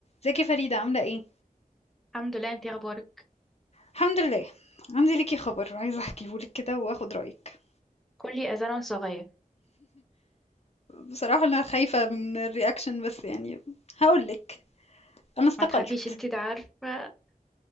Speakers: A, on the left; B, in the centre.
A: ازيك يا فريدة عاملة ايه؟
B: الحمد لله انتي اخبارك
A: الحمد لله عندي ليكي خبر عايزة احكيهولك كده واخد رأيك
B: كلي اذان صغير
A: بصراحة انا خايفة من الرياكشن بس يعني هقولك انا استقلت
B: ما تخافيش انتي ده عارفه <gasps>